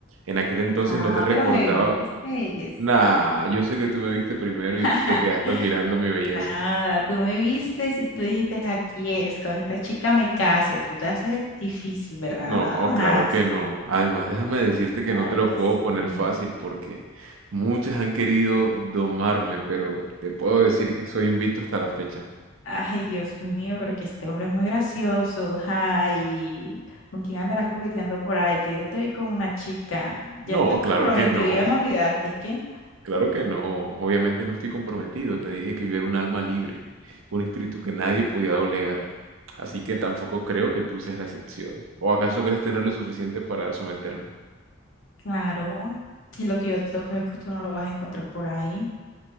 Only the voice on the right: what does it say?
En aquel entonces
no te recordaba.
Nah, yo sé que tú me viste primero
y te quedaste admirando mi belleza.
No,
claro que no. Además, déjame decirte que
no te lo
puedo
poner fácil porque muchas han querido domarme, pero te puedo decir que soy invicto hasta la fecha.
No,
claro
que no,
claro que no. Obviamente no estoy comprometido. Te dije que yo era un alma libre, un espíritu que nadie podía doblegar. Así que tampoco creo que tú seas la excepción. ¿O acaso crees tener lo suficiente para someterme?